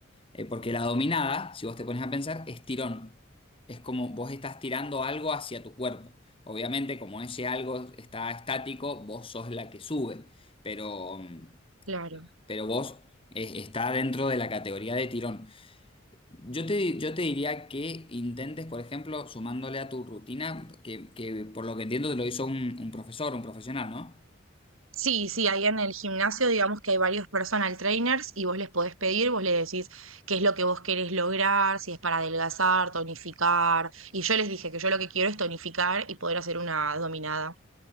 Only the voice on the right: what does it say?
Claro.
Sí, sí, ahí en el gimnasio digamos que hay varios personal trainers y vos les podés pedir, vos le decís qué es lo que vos querés lograr, si es para adelgazar, tonificar. Y yo les dije que yo lo que quiero es tonificar y poder hacer una dominada.